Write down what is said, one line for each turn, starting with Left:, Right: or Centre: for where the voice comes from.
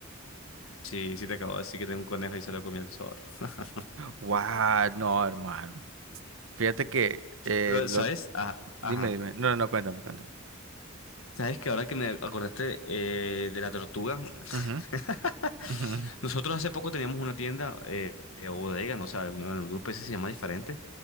Left: Sí, sí te acabo de decir que tengo un conejo y se lo comió el zorro. <laughs>
Right: guau No, hermano. Fíjate que eh,
Left: Pero,
Right: lo
Left: ¿sabes? Ajá,
Right: Dime,
Left: ajá.
Right: dime. No, no, no, cuéntame, cuéntame.
Left: ¿Sabes que ahora que me acordaste eh, de la tortuga? <laughs>
Right: Ujú, ujú,
Left: Nosotros hace poco teníamos una tienda eh, eh, bodega, no sé, alguna- en algunos países se llama diferente.